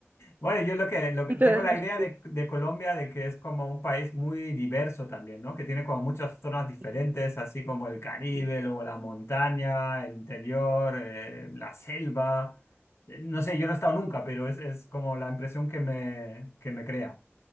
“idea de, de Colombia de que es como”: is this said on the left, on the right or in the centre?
Left